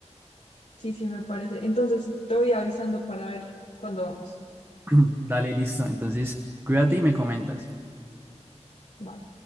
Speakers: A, on the left; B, on the right.
A: Sí, sí, me parece. Entonces, te voy avisando para ver cuándo vamos.
B: <clears throat> Dale, listo. Entonces, cuídate y me comentas.
A: Vale.